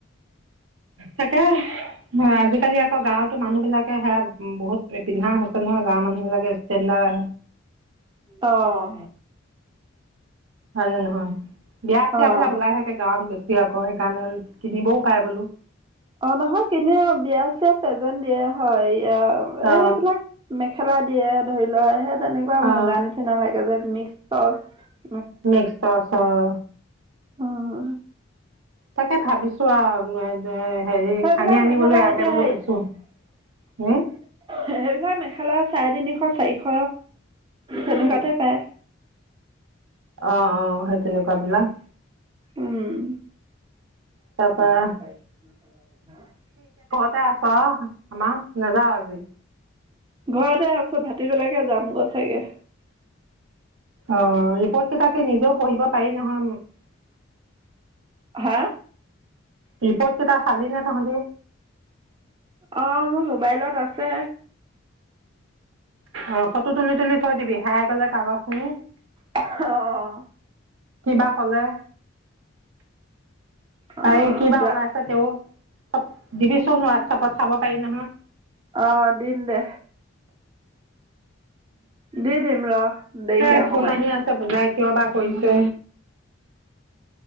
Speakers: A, on the right; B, on the right.
A: তাকে আজিকালি আকৌ গাঁৱতো মানুহ বিলাক এ সেয়া উম বহুত পিন্ধা হৈছে নহয় গাঁৱৰ মানুহ বিলাকে ষ্টেণ্ডাৰ
B: অঁ
A: হয় নে নহয়, বিয়া চিয়াবিলাক
B: অ
A: ওলাই থাকে গাঁৱত <unintelligible> আকৌ সেইকাৰণে কিনিবও পাই বোলো।
B: অঁ নহয় কিনেও, বিয়া চিয়াত পেযেণ্ট দিয়ে হয়। এতিয়া
A: অ
B: এইবিলাক মেখেলা দিয়ে ধৰি লোৱা সে তেনেকুৱা
A: অ
B: মুগা নিচিনা লাগে যে। মিক্স
A: মিক্স টচৰ।
B: অঁ
A: তাকে ভাবিছো আৰু এ হেৰি
B: সেইবিলাক
A: আনি- আনি
B: মেখেলা
A: বোলো ইয়াতে
B: এতিয়া
A: বোলো
B: হেৰি
A: বেচো। হম
B: সেইবিলাক মেখেলা চাৰে তিনি শ চাৰিশ তেনেকুৱাতে পায়।
A: অঁ-অঁ সেই তেনেকুৱা বিলাক।
B: উম!
A: তাৰপৰা
B: <inaudible>
A: তাতে আছ আমাৰ নাযাৱ আজি?
B: ঘৰতে আছো ভাতিবেলাকে যাম গৈ চাগে।
A: অ ৰিপৰ্টটো তাকে নিজেও পঢ়িব পাৰি নহয় <unintelligible>
B: হা!
A: ৰিপৰ্টকেইটা চালি নে তহঁতি?
B: অ মোৰ মোবাইলত আছে।
A: অ ফটো তুলি-তুলি থৈ দিবি হেৰাই গলে কাগজখিনি।
B: <unintelligible> আহ
A: কিবা কলে,
B: অ
A: এই কিবা
B: যা
A: ওলাই আছে তেওঁৰ? <unintelligible> দিবিচোন হোৱাটছপত চাব পাৰি নহয়।
B: আহ দিম দে। দি দিম ৰ। দেৰিকে
A: এ
B: অকমান
A: ফোন আহি আছে, পুজাই কিয় বা কৰিছে?